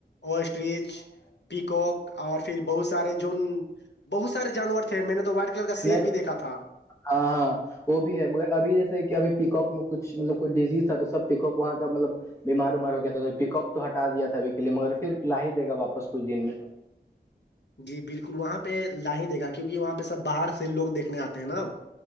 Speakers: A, on the left; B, on the left.
A: اسٹریچ پیکک اور پھر بہت سارے جو بہت سارے جانور تھے میں نے تو وائٹ کلر کا شیر
B: نہیں
A: بھی دیکھا تھا
B: ہاں ہاں وہ بھی ہے مگر ابھی جیسے کہ ابھی پیکک میں کچھ مطلب کوئی ڈیزیز تھا تو سب پیکک وہاں کا مطلب بیمار ومار ہو کیا تھا تو پکک تو ہٹا دیا تھا ابھی کے لیے مگر پھر لا ہی دےا واپس کچھ دن میں
A: جی بالکل وہاں پہ ل ہی دے گا کیونکہ وہاں پہ سب باہر سے لوگ دیکھنے آتے ہیں نا